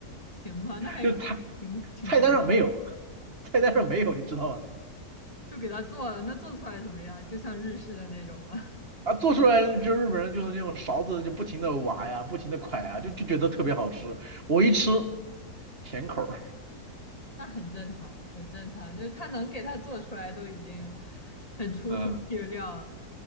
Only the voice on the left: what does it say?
行吧，那还
挺挺便宜，
就给他做了，那做出来怎么样？就像日式的那种吗？
那很正常，很正常，就是他能给他做出来都已经很出乎意料了。